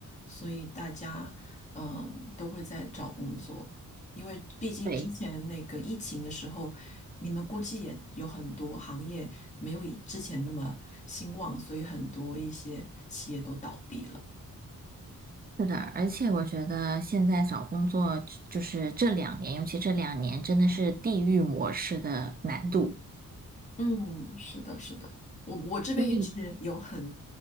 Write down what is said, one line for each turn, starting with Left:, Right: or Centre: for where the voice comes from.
Left: 所以大家嗯、呃都会在找工作，因为毕竟之前那个疫情的时候，
Right: 对，
Left: 你们估计也有很多行业没有以之前那么兴旺，所以很多一些企业都倒闭了。
Right: 是的，而且我觉得现在找工作就是这两年，尤其这两年真的是地域模式的难度。
Left: 嗯，是的，是的，我我这边也是有很
Right: 因为